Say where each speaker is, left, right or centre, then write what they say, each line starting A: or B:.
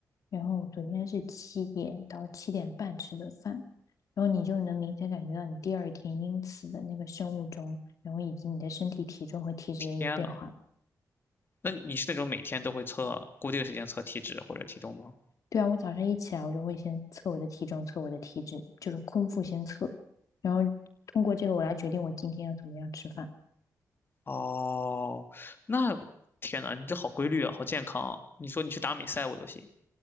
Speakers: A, on the left; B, on the left.
A: 然后昨天是七点到七点半吃的饭，然后你就能明显感觉到你第二天因此的那个生物钟，然后以及你的身体体重和体脂有变化。
B: 天呐，那你是那种每天都会测固定时间测体脂或者体重吗？
A: 对啊，我早上一起来，我就会先测我的体重，测我的体脂，就是空腹先测，然后通过这个我来决定我今天要怎么样吃饭。
B: 哦，那天呐，你这好规律啊，好健康啊！你说你去打美赛我都行。